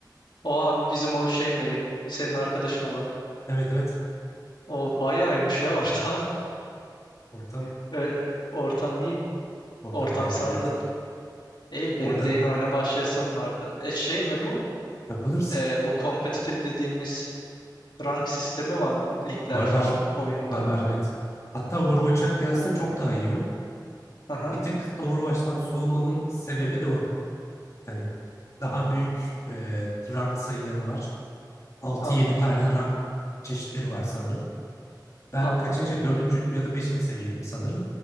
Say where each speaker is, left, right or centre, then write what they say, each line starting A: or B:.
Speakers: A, on the left; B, on the left.
A: O abi bizim o şey Meli. Senin arkadaşın olan.
B: Evet evet.
A: O bayağı iyiymiş ya ortam.
B: Ortam
A: <laughs> Öyle- Ortam iyi.
B: ortam
A: Ortam
B: bayağı
A: sardı.
B: iyi. Evet.
A: İyi benim
B: Orada
A: de yeni oyuna başlayasım vardı. E şey mi bu?
B: takılırsın.
A: E, bu kompetitif dediğimiz rank sistemi var mı? Ligler
B: Var
A: falan
B: var.
A: oyunda.
B: Var var evet. Hatta Overwatch'a kıyasla çok daha iyi o.
A: Aha,
B: Bir tık da Overwatch'tan soğumamın sebebi de o. Hani daha büyük e, rank sayıları var. Altı,
A: anladım.
B: yedi tane rank çeşitleri var sanırım. Ben
A: Anladım.
B: kaçıncı? Dördüncü ya da beşinci seviyeydim sanırım.